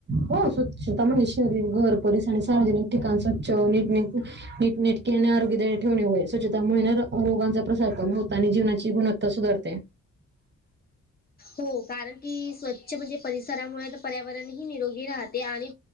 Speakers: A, on the right (about 35°); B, on the left (about 30°).
A: हो स्वच्छता म्हणजे शरीर, घर, पोलिस आणि सार्वजनिक ठिकाण स्वच्छट नीट नटक आणि आरोग्यदायी ठेवणे स्वच्छतामुळे रोगांचा प्रसार कर होत आणि जीवनाची गुणवत्ता सुधारते.
B: हो कारण की स्वच्छ म्हणजे परिसरामुळे तर पर्यावरणही निरोगी राहते आणि